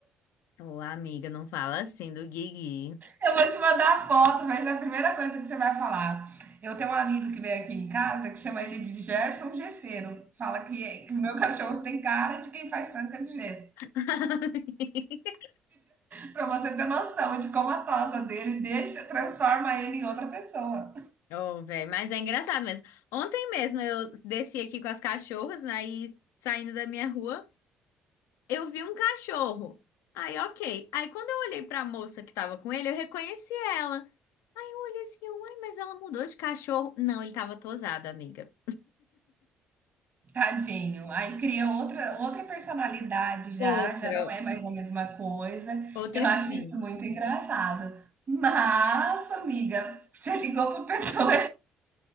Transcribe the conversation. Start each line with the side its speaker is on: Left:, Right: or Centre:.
Left: Ô, amiga, não fala assim do Guigui.
Right: Eu vou te mandar a foto, mas é a primeira coisa que você vai falar. Eu tenho um amigo que vem aqui em casa que chama ele de Gerson Gesseiro. Fala que, que o meu cachorro tem cara de quem faz sanca de gesso.
Left: <laughs>
Right: Pra você ter noção de como a tosa dele deixa, transforma ele em outra pessoa.
Left: Ô, velho, mas é engraçado mesmo. Ontem mesmo eu desci aqui com as cachorras, né, e saindo da minha rua. Eu vi um cachorro. Aí, ok. Aí, quando eu olhei pra moça que tava com ele, eu reconheci ela. Aí, eu olhei assim, uai, mas ela mudou de cachorro. Não, ele tava tosado, amiga.
Right: Tadinho. Aí cria outra, outra personalidade já,
Left: Outra.
Right: já não é mais a mesma coisa.
Left: Outra
Right: Eu acho
Left: skin.
Right: isso muito engraçado. Mas, amiga, você ligou para pessoa